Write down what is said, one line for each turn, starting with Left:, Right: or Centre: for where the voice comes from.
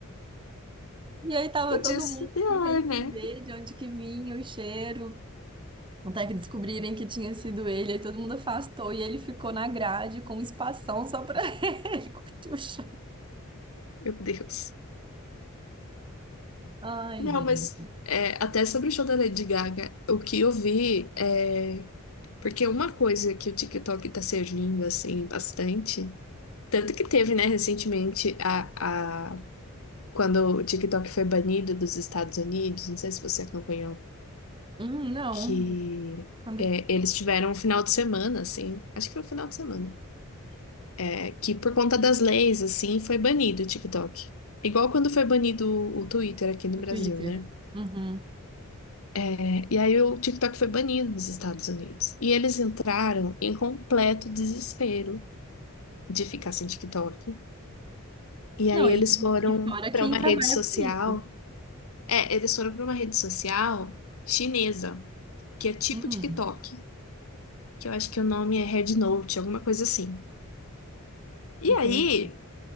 Right: E aí tava
Left: Podia
Right: todo
Left: ser
Right: mundo
Left: pior,
Right: tentando entender
Left: né?
Right: de onde que vinha o cheiro, até que descobrirem que tinha sido ele, aí todo mundo afastou e ele ficou na grade com um espação só pra <laughs> ele curtir o chão.
Left: Meu Deus.
Right: Ai,
Left: Não,
Right: gente.
Left: mas é, até sobre o show da Lady Gaga, o que eu vi é. Porque uma coisa que o TikTok tá servindo, assim, bastante. Tanto que teve, né, recentemente, a, a... quando o TikTok foi banido dos Estados Unidos, não sei se você acompanhou,
Right: Hum, não,
Left: que
Right: quando
Left: é, eles tiveram um final de semana, assim, acho que foi um final de semana, é, que por conta das leis, assim, foi banido o TikTok. Igual quando foi banido o o Twitter aqui no
Right: o
Left: Brasil,
Right: Twitter.
Left: né?
Right: Uhum.
Left: É, E aí o TikTok foi banido dos Estados Unidos. E eles entraram em completo desespero de ficar sem TikTok. E
Right: Não,
Left: aí eles
Right: e,
Left: foram
Right: e fora
Left: para
Right: quem
Left: uma
Right: trabalha
Left: rede social
Right: com isso.
Left: É, eles foram para uma rede social chinesa, que é tipo
Right: Hum,
Left: TikTok, que eu acho que o nome é Red Note alguma coisa assim. E
Right: entendi.
Left: aí,